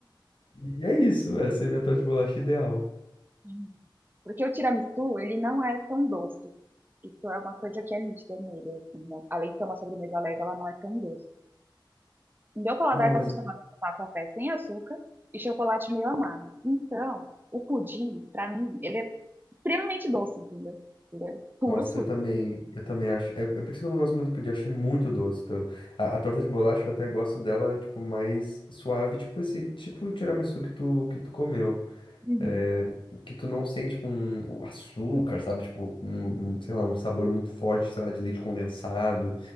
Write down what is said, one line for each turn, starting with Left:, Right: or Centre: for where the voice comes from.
Left: e é isso, essa é a minha torta de bolacha ideal.
Right: sim. Porque o tiramisu, ele não é tão doce. Isso é uma coisa que é nítida nele, assim, né? Além de ser uma sobremesa leve, ela não é tão doce. Meu paladar
Left: Não,
Right: está
Left: mas...
Right: acostumado a tomar café sem açúcar e chocolate meio amargo. Então, o pudim, pra mim, ele é extremamente doce, entendeu? Ele é puro
Left: Nossa,
Right: suco.
Left: eu também, eu também acho. É, é por isso que eu não gosto muito do pudim, eu acho ele muito doce. Então, a, a torta de bolacha eu até gosto dela, tipo, mais suave, tipo esse, tipo o tiramisu que tu, que tu comeu.
Right: Uhum.
Left: É, que tu não sente, tipo, um, o açúcar, sabe? Tipo, um, um, sei lá, um sabor muito forte, sei lá, de leite condensado.